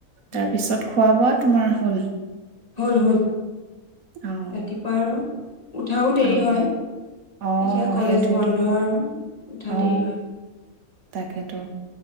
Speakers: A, on the left; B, on the right.
A: উম
B: তাৰপিছত খোৱা বোৱাত তোমাৰ হ'ল।
A: হ'ল হ'ল
B: অ
A: ৰাতিপুৱা আৰু উঠাও দেৰি
B: অ
A: হয়। এতিয়া
B: অ
A: কলেজ
B: সেইটোৱেতো
A: বন্ধ আৰু। উঠা
B: অ
A: দেৰি হয়
B: তাকেতো।